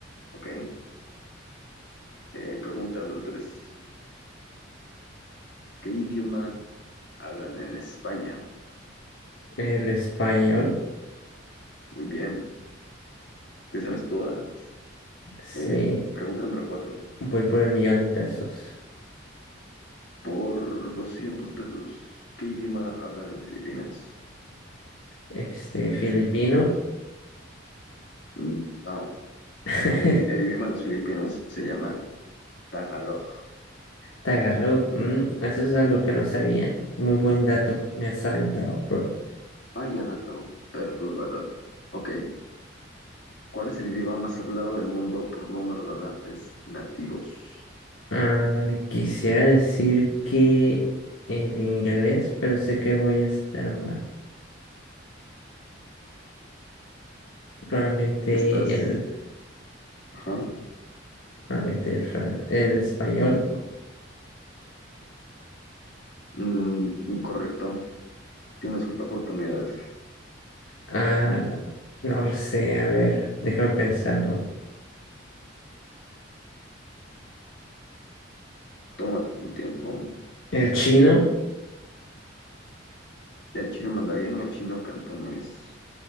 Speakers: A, on the left; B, on the left.
A: Ok. Eh, pregunta número tres, ¿qué idioma hablan en España?
B: <laughs> El español,
A: Muy bien, ¿te sabes todas?
B: sí.
A: Eh, pregunta número cuatro.
B: Voy por el millón de pesos.
A: por 200 pesos. ¿Qué idioma hablan en Filipinas?
B: Este, filipino,
A: Mm, No,
B: <laughs>
A: el, el idioma de los filipinos se llama Tagalog.
B: Tagalog. mm, eso es algo que no sabía. Muy buen dato, me has aventado, bro.
A: Vaya dato perturbador. Ok, ¿cuál es el idioma más hablado del mundo por número de hablantes nativos?
B: Ah, quisiera decir que el inglés, pero sé que voy a estar mal. Probablemente
A: Estás...
B: el,
A: Ajá.
B: probablemente el, fran- el español.
A: mm, incorrecto. Tienes otra oportunidad.
B: Ah, no lo sé, a ver, déjame pensarlo.
A: Tómate tu tiempo.
B: El chino,
A: ¿El chino mandarín o el chino cantonés?